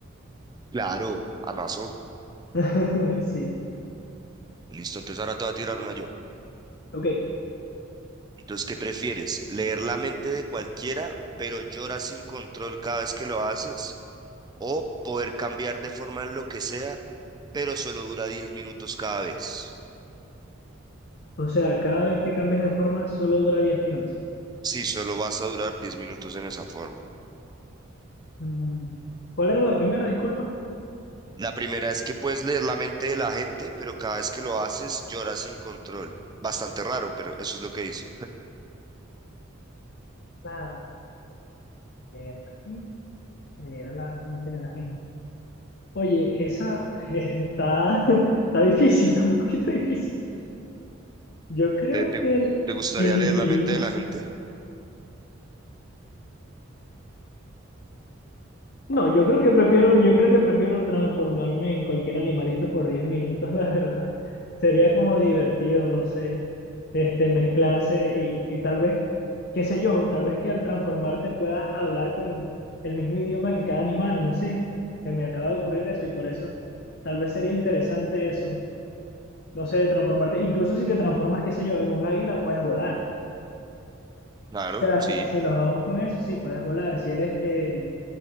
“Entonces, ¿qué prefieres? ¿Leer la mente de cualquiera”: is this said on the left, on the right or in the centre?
Right